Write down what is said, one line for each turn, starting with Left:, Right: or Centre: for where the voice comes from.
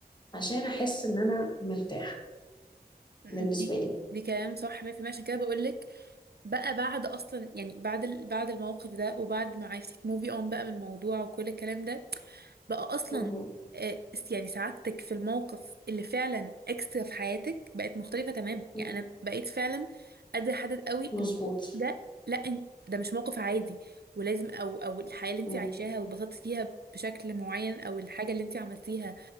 Left: عشان احس ان انا مرتاحه
Right: مم،
Left: بالنسبه
Right: دي
Left: لي
Right: دي كلام صح 100% عشان كده بقول لك بقى بعد اصلا يعني بعد ال... بعد الموقف ده وبعد ما عرفتي تموفي اون بقى من الموضوع وكل الكلام ده بقى اصلا
Left: مهم.
Right: آه، يعني سعادتك في الموقف اللي فعلا اكسترا في حياتك بقت مختلفه تمام
Left: مم.
Right: يعني انا بقيت فعلا قادره احدد قوي
Left: مظبوط
Right: ان الموقف ده لا إن- ده مش موقف عادي ولازم او او الحياه اللي انت
Left: مم.
Right: عايشاها واتبسطتي فيها بشكل معين او الحاجه اللي انت عملتيها